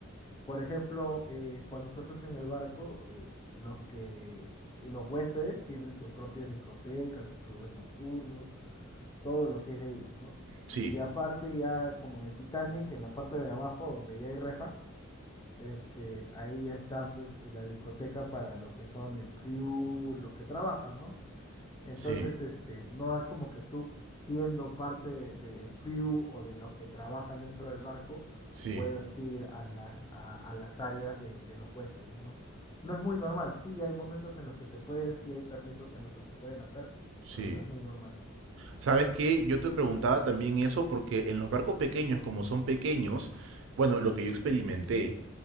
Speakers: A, on the left; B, on the right.
A: Por ejemplo, eh, cuando tú estás en el barco, eh, los que los huéspedes tienen sus propias discotecas, sus clubes nocturnos, todo lo que es de ellos, ¿no?
B: Sí,
A: Y aparte ya como en el Titanic, en la parte de abajo donde ya hay reja, este, ahí ya están pues la discoteca para lo que son el crew, los que trabajan, ¿no? Entonces,
B: sí,
A: este, no es como que tú, siendo parte de- del crew o de los que trabajan dentro del barco,
B: sí,
A: puedas ir a, la- a, a las áreas de, de los huéspedes, ¿no? No es muy normal. Sí, hay momentos en los que se pueden, sí hay permisos en los que se pueden hacer,
B: sí.
A: pero no es muy normal.
B: ¿Sabes qué? Yo te preguntaba también eso porque en los barcos pequeños, como son pequeños, bueno, lo que yo experimenté